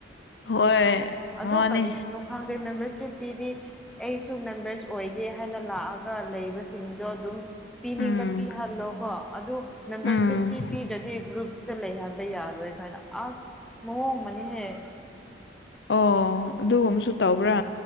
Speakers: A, on the left (about 70°); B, in the centre.
A: ꯍꯣꯏ ꯃꯥꯅꯦ
B: ꯑꯗꯨ ꯀꯔꯤꯅꯣ ꯈꯪꯗꯦ ꯃꯦꯝꯕꯔꯁꯤꯞ ꯐꯤꯗꯤ ꯑꯩꯁꯨ ꯃꯦꯝꯕꯔꯁ ꯑꯣꯏꯒꯦ ꯍꯥꯏꯅ ꯂꯥꯛꯑꯒ ꯂꯩꯕꯁꯤꯡꯗꯣ ꯑꯗꯨꯝ ꯄꯤꯅꯤꯡꯕ
A: ꯎꯝ
B: ꯄꯤꯍꯜꯂꯣ ꯀꯣ ꯑꯗꯨ ꯃꯦꯝꯕꯔꯁꯤꯞꯇꯤ
A: ꯎꯝ
B: ꯄꯤꯗ꯭ꯔꯗꯤ ꯒ꯭ꯔꯨꯞ ꯇ ꯂꯩꯍꯟꯕ ꯌꯥꯔꯣꯏ ꯀꯥꯏꯅ ꯑꯁ ꯃꯑꯣꯡ ꯑꯃꯅꯤꯍꯦꯛ
A: ꯑꯣ ꯑꯗꯨꯒꯨꯝꯕꯁꯨ ꯇꯧꯕ꯭ꯔꯥ